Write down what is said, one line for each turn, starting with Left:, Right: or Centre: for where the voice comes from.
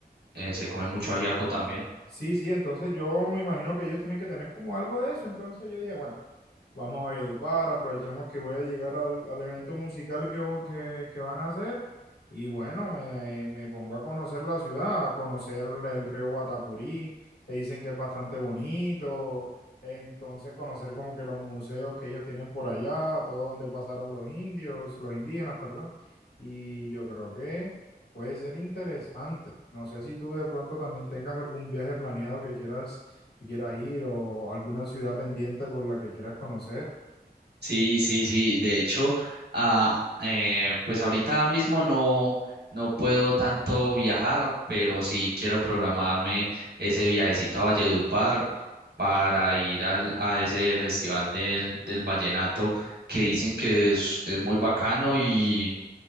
Right: eh, se come mucho ajiaco también.
Left: Sí, sí, entonces yo me imagino que ellos tienen que tener como algo de eso. Entonces yo dije, bueno, vamos a Valledupar, aprovechamos que voy a llegar al, al evento musical que, vo- que, que van a hacer. Y bueno, me, me pongo a conocer la ciudad, a conocer el río Guatapurí, que dicen que es bastante bonito. Entonces conocer como que los museos que ellos tienen por allá, todo donde pasaron los indios, los indígenas, perdón. Y yo creo que Puede ser interesante. No sé si tú de pronto también tengas algún viaje planeado que quieras, que quieras ir o alguna ciudad pendiente por la que quieras conocer.
Right: Sí, sí, sí. De hecho, ah, eh, pues ahorita mismo no, no puedo tanto viajar, pero sí quiero programarme ese viajecito a Valledupar para ir al, a ese festival del, del vallenato que dicen que es, es muy bacano y